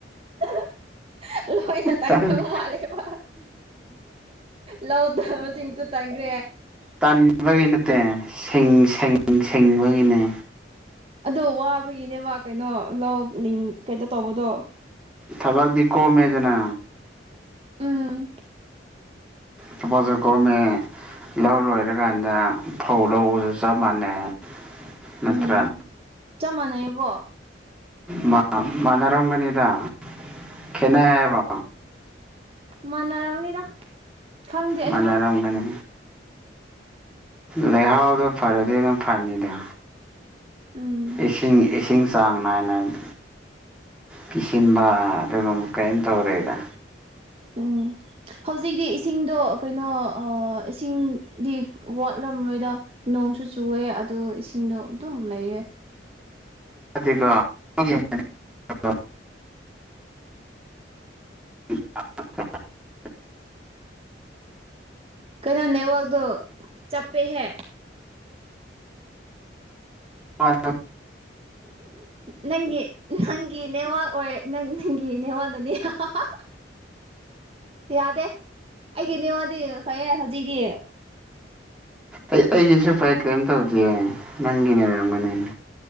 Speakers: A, on the right (about 30°); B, in the centre.
A: <unintelligible> ꯂꯣꯢꯅ ꯇꯟꯈ꯭ꯔꯕ
B: ꯇꯟ
A: ꯃꯥꯂꯦꯕ ꯂꯧꯗꯕꯁꯤꯡꯁꯨ ꯇꯟꯈꯔꯦ
B: ꯇꯟꯥꯕꯒꯤ ꯅꯠꯇꯦ ꯁꯤꯡ ꯁꯤꯡ ꯁꯤꯡꯕꯒꯤꯅꯦ
A: ꯑꯗꯣ ꯋꯥꯕꯒꯤꯅꯦꯕ ꯀꯩꯅꯣ ꯂꯧ ꯂꯤꯡ ꯀꯩꯅꯣ ꯇꯧꯕꯗꯣ
B: ꯊꯕꯥꯛꯇꯤ ꯀꯣꯝꯃꯦꯗꯅ
A: ꯎꯝ
B: ꯊꯕꯥꯛꯁꯣ ꯀꯣꯝꯃꯦ ꯂꯧ ꯂꯣꯏꯔꯀꯥꯟꯗ ꯐꯧ ꯂꯧꯕꯁꯨ ꯆꯞ ꯃꯥꯟꯅꯩ ꯅꯠꯇ꯭ꯔꯥ
A: ꯎꯝ ꯆꯞ ꯃꯥꯟꯅꯩꯀꯣ
B: ꯃꯥꯟ ꯃꯥꯟꯅꯔꯝꯒꯅꯤꯗ ꯈꯠꯅꯩ ꯍꯥꯢꯕ
A: ꯃꯥꯟꯅꯔꯝꯅꯤꯗ ꯈꯪꯗꯦ ꯑꯩꯁꯨ
B: ꯃꯟꯅꯔꯝ ꯒꯅꯤ ꯂꯩꯍꯥꯎꯗꯣ ꯐꯔꯗꯤ ꯑꯗꯨꯝ ꯐꯅꯤꯗ
A: ꯎꯝ
B: ꯏꯁꯤꯡ ꯏꯁꯤꯡ ꯆꯥꯡ ꯅꯥꯢ ꯅꯥꯢꯅ ꯀꯤꯁꯤꯟꯕꯥ ꯑꯗꯨꯒ ꯑꯃꯨꯛ ꯀꯩꯝ ꯇꯧꯔꯦꯗ
A: ꯎꯝ ꯍꯧꯖꯤꯛꯇꯤ ꯏꯁꯤꯡꯗꯣ ꯀꯩꯅꯣ ꯏꯁꯤꯡꯗꯤ ꯋꯥꯠꯂꯝ ꯂꯣꯏꯗ ꯅꯣꯡꯁꯨ ꯆꯨꯑꯦ ꯑꯗꯨ ꯏꯁꯤꯡꯗꯣ ꯑꯗꯨꯝ ꯂꯩꯌꯦ
B: ꯑꯗꯨꯒ <unintelligible> <unintelligible>
A: ꯀꯩꯅꯣ ꯅꯦꯠꯋꯥꯛꯗꯣ ꯆꯞꯄꯦꯍꯦ
B: ꯍꯣꯏ
A: ꯅꯪꯒꯤ ꯅꯪꯒꯤ ꯅꯦꯋꯥꯛ ꯍꯣꯢ ꯅꯪꯒꯤ ꯅꯦꯋꯥꯗꯨꯗꯤ ꯍꯥꯍꯥ ꯌꯥꯗꯦ ꯑꯩꯒꯤ ꯅꯤꯉꯣꯟꯗꯤ ꯉꯥꯁꯥꯢꯒꯩ ꯍꯧꯖꯤꯛꯇꯤ
B: ꯑꯩ ꯑꯩꯒꯤꯁꯨ ꯐꯥꯏꯌꯦ ꯀꯔꯤꯝ ꯇꯧꯗꯤꯌꯦ ꯅꯪꯒꯤꯅ ꯑꯣꯏꯔꯝꯒꯅꯤ